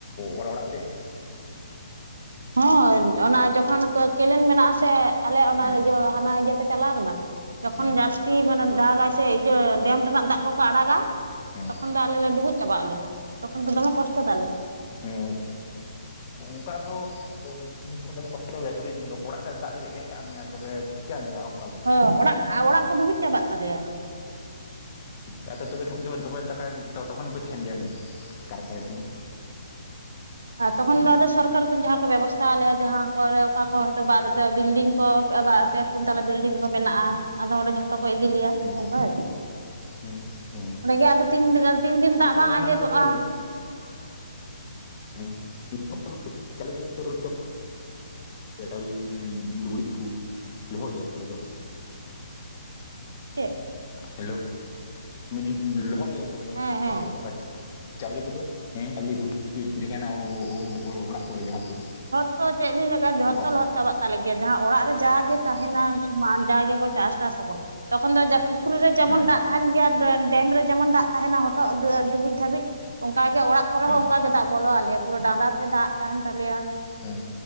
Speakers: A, on the left; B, on the right.
A: ᱚᱲᱟᱜ ᱚᱲᱟᱜ ᱥᱮᱜ
B: ᱦᱮᱸ ᱚᱱᱟ ᱡᱚᱠᱷᱚᱱ ᱠᱚ ᱠᱮᱱᱮᱞ ᱢᱮᱱᱟᱜ ᱟᱥᱮ ᱟᱞᱮᱭᱟᱜ ᱚᱱᱟ
A: ᱦᱮᱸ
B: ᱤᱭᱟᱹ ᱦᱟᱱᱟ ᱤᱭᱟᱹ ᱛᱮ ᱪᱟᱞᱟ ᱠᱟᱱᱟ ᱡᱚᱠᱷᱚᱱ
A: ᱦᱮᱸ
B: ᱡᱟᱥ ᱠᱤ ᱢᱟᱱᱮ ᱫᱟᱜᱟᱭ ᱥᱮ ᱤᱭᱟᱹ ᱰᱮᱢ ᱨᱮᱱᱟᱜ ᱫᱟᱜ ᱠᱚᱠᱚ ᱟᱲᱟᱜᱟ
A: ᱦᱮᱸ
B: ᱛᱚᱠᱷᱚᱱ ᱫᱚ ᱟᱞᱮ ᱞᱮ ᱰᱩᱵᱩᱡ ᱪᱟᱵᱟᱜ ᱟᱞᱮ ᱛᱚᱠᱷᱚᱱ ᱫᱚ ᱫᱚᱢᱮ ᱠᱚᱥᱴᱚ ᱛᱟᱞᱮ᱾
A: ᱦᱩᱸ ᱚᱝᱠᱟ ᱫᱚ ᱫᱚᱢ ᱫᱚᱢᱮ ᱠᱚᱥᱴᱚ ᱜᱮᱭᱟ ᱡᱩᱫᱤ ᱚᱲᱟᱜ ᱥᱮᱫ ᱫᱟᱜ ᱡᱩᱫᱤ ᱦᱮᱜ ᱟᱜ ᱢᱮᱭᱟ ᱛᱚᱵᱮ ᱪᱮᱠᱟ ᱦᱩᱭᱩᱜ ᱟ
B: ᱦᱚᱸ ᱚᱲᱟᱜᱼᱟ, ᱚᱲᱟᱜ ᱠᱚ ᱰᱩᱵᱩᱡ ᱪᱟᱵᱟᱜ ᱛᱟᱞᱮᱭᱟ᱾
A: ᱦᱮᱸ ᱛᱚ ᱛᱚᱵᱮ ᱛᱚᱠᱷᱱ ᱫᱚ ᱫᱚᱢᱮᱭ ᱫᱟᱠᱟᱭ ᱛᱚ ᱛᱚᱠᱷᱚᱱ ᱦᱚᱸᱯᱮ ᱛᱟᱦᱮᱱ ᱜᱮᱭᱟ ᱦᱩ ᱠᱟᱨᱮ ᱠᱟᱨᱮ ᱩᱱ ᱫᱚ
B: ᱛᱚᱠᱷᱚᱱ ᱫᱚ ᱟᱫᱚ ᱥᱚᱨᱠᱟᱨ ᱠᱷᱚᱱ ᱡᱟᱦᱟᱸ ᱠᱚ ᱵᱮᱵᱚᱥᱛᱷᱟ ᱟᱞᱮᱭᱟ ᱡᱟᱦᱟᱸ ᱠᱚᱨᱮ ᱚᱠᱟ ᱠᱚ ᱦᱚᱭᱛᱳ ᱵᱟᱨ ᱵᱤᱞᱰᱤᱝ ᱠᱚ ᱯᱩᱱ ᱛᱟᱞᱟ ᱵᱤᱞᱰᱤᱝ ᱠᱚ ᱢᱮᱱᱟᱜᱼᱟ ᱟᱫᱚ ᱚᱸᱰᱮ ᱡᱷᱚᱛᱚ ᱠᱚ ᱤᱫᱤ ᱞᱮᱭᱟ
A: ᱦᱮᱸ
B: ᱚᱱᱠᱟ ᱟᱨᱠᱤ
A: ᱦᱮᱸ ᱦᱮᱸ
B: ᱚᱸᱰᱮ ᱜᱮ ᱟᱫᱚ ᱛᱤᱱ ᱫᱤᱱ ᱫᱟᱜ ᱵᱟᱝ
A: ᱚᱱᱮ ᱚᱱᱟ
B: ᱟᱸᱡᱮᱫᱚᱜᱼᱟ
A: ᱠᱚᱫᱚ ᱦᱮᱸ <unintelligible> ᱛᱚ ᱪᱟᱣᱮ ᱞᱩᱜᱽᱲᱤᱡ ᱠᱚ ᱫᱚᱦᱚᱭ ᱜᱮᱭᱟ ᱛᱚ ᱚᱱᱟ ᱫᱚ
B: ᱪᱮᱫ
A: ᱦᱮᱞᱳ ᱢᱮᱱᱤᱧ ᱞᱚᱦᱚᱫ ᱜᱮᱭᱟ ᱛᱚ <inaudible>
B: ᱦᱮᱸ ᱦᱮᱸ
A: ᱪᱟᱣᱞᱮ ᱠᱚᱫᱚ ᱦᱩ ᱪᱟᱣᱞᱮ ᱦᱩᱲᱩ ᱡᱩᱫᱤ ᱛᱟᱦᱮᱱᱟ ᱚᱻᱲᱟᱜ ᱠᱚᱨᱮ ᱡᱟᱦᱟᱸ ᱠᱚ
B: ᱚ ᱪᱮᱫ ᱵᱤᱱ ᱞᱟᱜᱟ ᱡᱚᱛᱚ
A: ᱠᱚᱜᱼᱟ
B: ᱞᱚᱦᱚᱫ
A: ᱛᱚ
B: ᱪᱟᱵᱟᱜ ᱛᱟᱞᱮ ᱜᱮᱭᱟ ᱡᱟᱦᱟᱸ ᱚᱲᱟᱜ ᱨᱮ ᱡᱟᱜᱮ ᱛᱟᱦᱮᱱᱟ ᱠᱤ ᱵᱟ ᱡᱟ ᱜᱮᱠᱚ ᱪᱟᱥ ᱴᱟᱥ ᱟᱵᱟ ᱛᱚᱠᱷᱚᱱ ᱫᱚ ᱯᱩᱠᱷᱨᱤ ᱨᱮ ᱡᱮᱢᱚᱱ
A: ᱦᱮᱸ
B: ᱫᱟᱜ ᱛᱟᱦᱮᱱ ᱜᱮᱭᱟ ᱰᱮᱢ ᱨᱮ ᱡᱮᱢᱚᱱ ᱫᱟᱜ ᱛᱟᱦᱮᱱᱟ ᱦᱚᱴᱚᱜ ᱰᱩᱵᱩᱡ ᱫᱷᱟᱹᱵᱤᱡ ᱚᱱᱠᱟ ᱜᱮ ᱚᱲᱟᱜ ᱠᱚᱨᱮ
A: ᱦᱮᱸ
B: ᱦᱚᱸ
A: ᱦᱮᱸ
B: ᱚᱱᱠᱟ ᱜᱮ ᱫᱟᱜ ᱵᱚᱞᱚ ᱟᱞᱮᱭᱟ ᱯᱩᱨᱟᱹ ᱰᱟᱸᱰᱟ ᱛᱮ ᱫᱟᱜ ᱛᱟᱦᱮᱱ ᱛᱟᱞᱮᱭᱟ
A: ᱦᱮᱸ